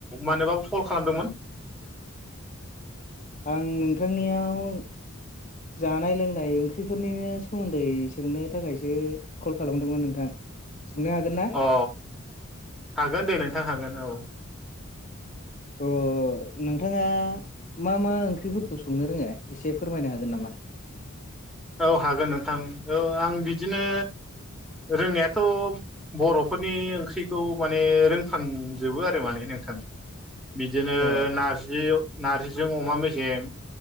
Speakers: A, in the centre; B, on the left.
A: मानोबाबो कल खालामदोंमोन?
B: आं नोंथांनियाव जानाय लोंनाय ओंख्रिफोरनिनो सोमोन्दै सोंनो थाखायसो कल खालामदोंमोन नोंथां सोंनो हागोन ना
A: अ हागोन दे नोंथां हागोन औ
B: अ नोंथाङा मा मा ओंख्रिफोरखौ संनो रोङो एसे फोरमायनो हागोन नामा?
A: औ हागोन नोंथां औ आं बिदिनो रोंनायाथ' बर'फोरनि ओंख्रिखौ माने रोंफ्लांजोबो आरो माने नोंथां बिदिनो
B: अ
A: नारजि नार्जिजों अमा मेसेेम